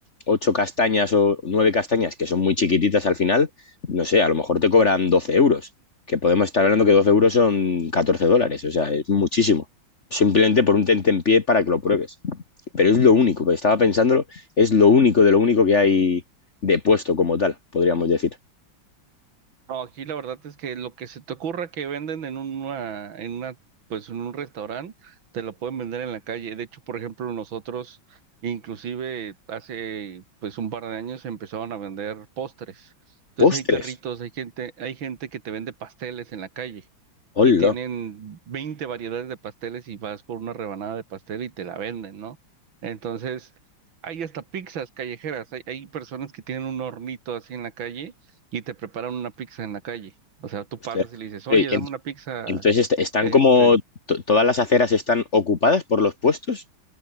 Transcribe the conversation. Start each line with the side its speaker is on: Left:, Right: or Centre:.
Left: ocho castañas o nueve castañas, que son muy chiquititas al final, no sé, a lo mejor te cobran 12 euros, que podemos estar hablando que 12 euros son 14 dólares, o sea, es muchísimo. Simplemente por un tentempié para que lo pruebes pero es lo único, que estaba pensándolo, es lo único de lo único que hay de puesto como tal, podríamos decir.
Right: No, aquí la verdad es que lo que se te ocurra que venden en una, en una, pues en un restaurante, te lo pueden vender en la calle. De hecho, por ejemplo, nosotros, inclusive hace pues un par de años empezaron a vender postres. Entonces
Left: Postres,
Right: hay carritos, hay gente, hay gente que te vende pasteles en la calle
Left: hola,
Right: y tienen 20 variedades de pasteles y vas por una rebanada de pastel y te la venden, ¿no? Entonces, hay hasta pizzas callejeras, hay, hay personas que tienen un hornito así en la calle y te preparan una pizza en la calle. O sea, tú
Left: Postres.
Right: pasas y le dices,
Left: Pero,
Right: oye,
Left: y
Right: dame
Left: en-
Right: una pizza,
Left: Entonces est- están
Right: este.
Left: como to- todas las aceras están ocupadas por los puestos